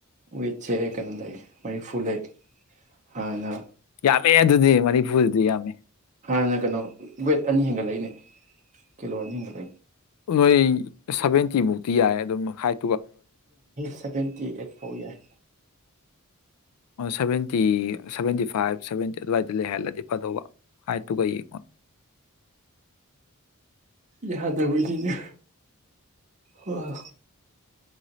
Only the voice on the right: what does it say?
ꯋꯦꯠꯁꯦ ꯀꯩꯅꯗ ꯃꯔꯤꯐꯨ ꯂꯩ ꯍꯥꯟꯅ
ꯍꯥꯟꯅ ꯀꯩꯅꯣ ꯋꯦꯠ ꯑꯅꯤ ꯍꯦꯟꯒꯠꯂꯛꯏꯅꯦ ꯀꯤꯂꯣ ꯑꯅꯤ ꯍꯦꯟꯒꯠꯂꯛꯏꯅꯦ
ꯁꯦꯚꯦꯟꯇꯤ ꯑꯦꯠ ꯐꯥꯎ ꯌꯥꯏ
ꯌꯥꯗꯕꯅꯤꯅ ꯍꯣꯏ